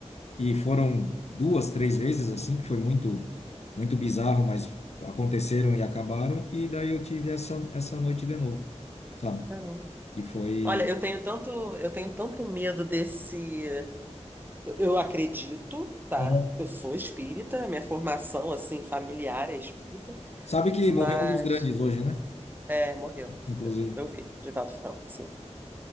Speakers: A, on the left (about 65°); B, on the right (about 15°).
A: E foram duas, três vezes assim, que foi muito, muito bizarro, mas aconteceram e acabaram. E daí eu tive essa, essa noite de novo, sabe?
B: caramba.
A: Que foi.
B: Olha, eu tenho tanto, eu tenho tanto medo desse. Eu, eu acredito, tá?
A: Aham.
B: Eu sou espírita, minha formação assim familiar é espírita,
A: Sabe que
B: mas
A: morreu um dos grandes hoje, né?
B: é, morreu.
A: Inclusive.
B: Eu vi, Divaldo Franco, sim.